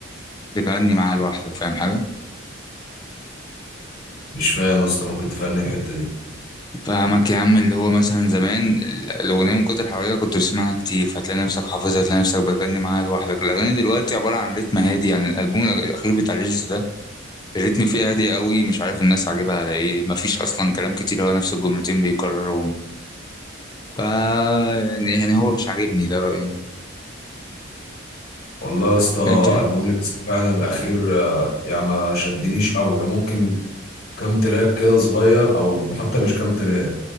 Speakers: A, on the left; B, on the left.
A: بتغني معاها لوحدك فاهم حاجة
B: مش فاهم يا اسطى ممكن تفهمني الحته دي
A: فاهمك يا عم اللي هو مثلا زمان ال- الأغنية من كتر حواليها كنت بتسمعها كتير فتلاقي نفسك حافظها تلاقي نفسك بتغني معاها لوحدك الأغاني دلوقتي عبارة عن رتم هادي يعني الألبوم الأخير بتاع ليجيس ده الريتم فيه هادي قوي مش عارف الناس عاجبها على ايه مفيش أصلا كلام كتير هو نفس الجملتين بيكررهم فا يعني يعني هو مش عاجبني ده رأيي أنا.
B: والله يا اسطى
A: <laughs> انت
B: البوم لبس فعلا الاخير آه، يعني ما شدنيش قوي يعني ممكن كام تراك كده صغير او حتى مش كام تراك